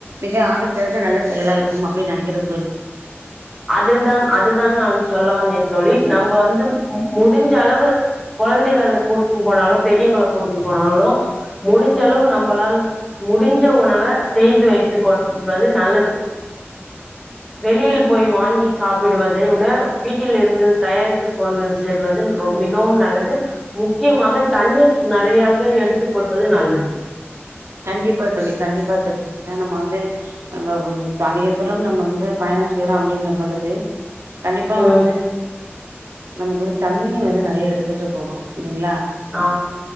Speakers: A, on the right; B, in the centre.
A: மிக ஆக சிறந்த நல்ல செயலா இருக்கும் அப்படின்னு நினைக்கிறேன் தோழி
B: அதில் தான் அதுதான் நான் சொல்ல வந்தேன் தோழி நம்ம வந்து முடிஞ்ச அளவு குழந்தைகள கூட்டுன்னு போனாலும் பெரியவங்கள கூட்டின்னு போனாலோ முடிஞ்சளவு நம்மளால் முடிஞ்ச உணவ செய்து வைத்து கொள்வது நல்லது வெளியில் போய் வாங்கி சாப்பிடுவதை விட வீட்டில் இருந்து தயாரித்து கொண்டு செல்வது ரொ மிகவும் நல்லது முக்கியமாக தண்ணீர் நிறையாக எடுத்துக்க கொள்வது நல்லது
A: கண்டிபா தோழி கண்டிபா தோழி ஏன்னா நம்ம வந்து நம்ம அதிக தூரம் நம்ம வந்து பயணம் செய்றோம் அப்டிங்கம் பொழுது கண்டிபா
B: ம்
A: வந்து நமக்கு வந்து தண்ணி வந்து நிறைய எடுத்துட்டு போகணும் இல்லங்களா
B: ஆம்